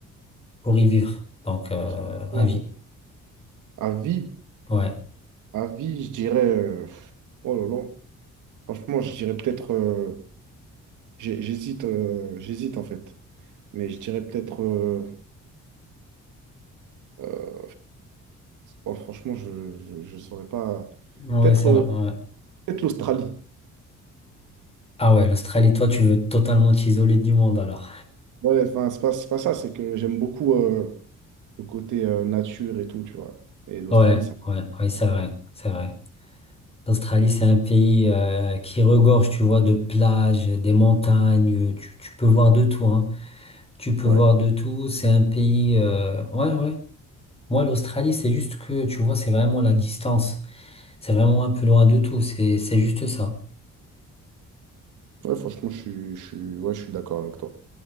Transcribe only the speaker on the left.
pour y vivre? Donc, euh,
à vie.
Ouais,
ouais,
ça
va. ouais.
Ah ouais, l'Australie, toi, tu veux totalement t'isoler du monde alors.
Ouais,
ouais, ouais, c'est vrai, c'est vrai. L'Australie, c'est un pays euh, qui regorge, tu vois, de plages, des montagnes, tu, tu peux voir de tout, hein. Tu peux
voir de tout, c'est un pays... euh, Ouais, ouais. Moi, l'Australie, c'est juste que, tu vois, c'est vraiment la distance. C'est vraiment un peu loin de tout, c'est, c'est juste ça.